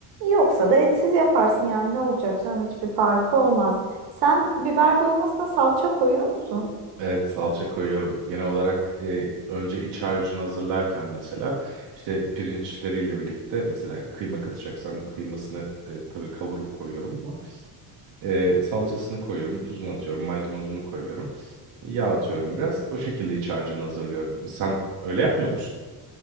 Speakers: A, on the right; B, on the right.
A: Yoksa da etsiz yaparsın yani ne olacak canım hiçbir farkı olmaz. Sen biber dolmasına salça koyuyor musun?
B: Evet salça koyuyorum. Genel olarak e, önce iç harcını hazırlarken mesela işte pirinçleriyle birlikte mesela kıyma katacaksam kıymasını e, tabii kavurup koyuyorum ama e, salçasını koyuyorum, tuzunu atıyorum, maydanozunu koyuyorum. Yağ atıyorum biraz. O şekilde iç harcını hazırlıyorum. Sen öyle yapmıyor musun?